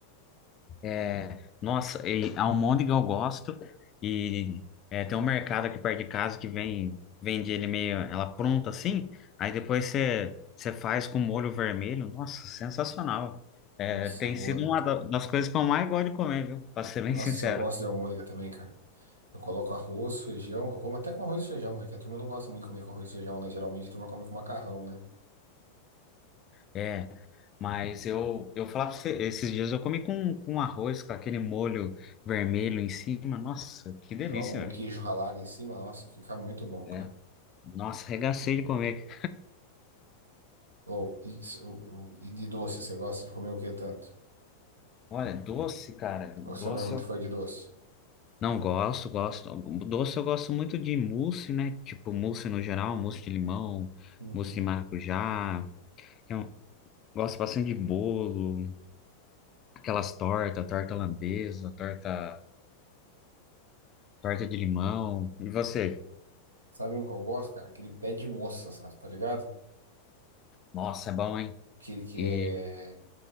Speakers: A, on the left; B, on the right.
A: É, nossa, e almôndega eu gosto e é, tem um mercado aqui perto de casa que vem vende ele meio ela pronta assim, aí depois você você faz com molho vermelho, nossa, sensacional. É,
B: Nossa,
A: tem
B: é boa,
A: sido
B: né?
A: uma da- das coisas que eu mais gosto de comer, viu? Pra ser bem
B: Nossa,
A: sincero.
B: eu gosto de almôndega também, cara. Eu coloco arroz, feijão. Eu como até com arroz e feijão, é que a turma não gosta muito de comer com arroz e feijão, né? Geralmente a turma come com macarrão, né?
A: É, mas eu eu falar pra você, esses dias eu comi com, com arroz, com aquele molho vermelho em cima, nossa, que delícia,
B: Joga um
A: velho.
B: queijo ralado em cima, nossa, fica muito bom,
A: É,
B: cara.
A: nossa, regacei de comer.
B: Ou, e, se- ou- ou- e de doce, você gosta de comer o que tanto?
A: Olha, doce, cara, doce
B: Ou você não é muito fã de doce?
A: Não gosto, gosto. Doce eu gosto muito de mousse, né? Tipo, mousse no geral, mousse de limão,
B: Uhum.
A: mousse de maracujá. Eu gosto bastante de bolo, aquelas tortas, torta holandesa, torta, torta de limão. E você?
B: Uhum. Sabe um que eu gosto, cara? Aquele pé de moça, sabe? Tá ligado?
A: Nossa, é bom, hein?
B: Aquele que
A: E
B: é.